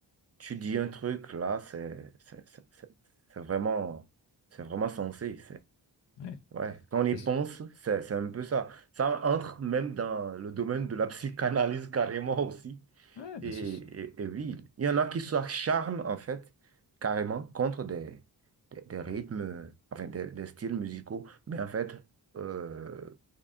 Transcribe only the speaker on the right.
Tu dis un truc là, c'est c'est- c'est- c'est- c'est vraiment, c'est vraiment sensé.
Ouais, quand on y
pense, c'est, c'est un peu ça. Ça entre même dans le domaine de la psychanalyse carrément aussi.
Et,
et-
et oui, il y en a qui s'acharnent en fait carrément contre des, des, des rythmes,
enfin des, des styles musicaux. Mais en fait, euh,